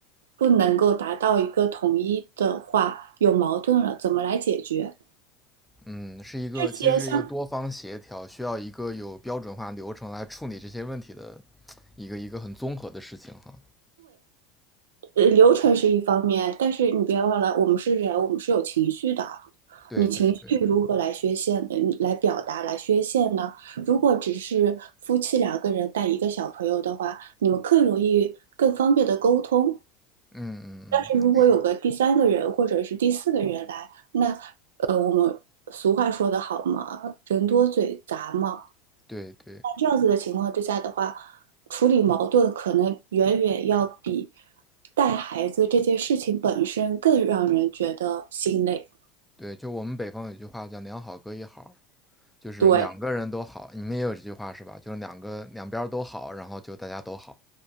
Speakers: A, on the right (about 80°); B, in the centre.
A: 不能够达到一个统一的话，有矛盾了，怎么来解决？
B: 嗯，是一个其实是一个多方协调，
A: 这些相
B: 需要一个有标准化流程来处理这些问题的一个一个很综合的事情哈。
A: 呃流程是一方面，但是你别忘了，我们是人，我们是有情绪的。
B: 对对对，
A: 你情绪如何来宣泄，嗯，来表达，来宣泄呢？如果只是夫妻两个人带一个小朋友的话，你们更容易、更方便的沟通。
B: 嗯嗯嗯，
A: 但是如果有个第三个人或者是第四个人来，
B: 是，
A: 那呃，我们俗话说得好嘛，人多嘴杂嘛。
B: 对对
A: 那这样子的情况之下的话，处理矛盾可能远远要比带孩子这件事情本身更让人觉得心累。
B: 对，就我们北方有句话叫“两好各一好”，就是两个人都好，
A: 对，
B: 你们也有这句话是吧？就是两个两边儿都好，然后就大家都好。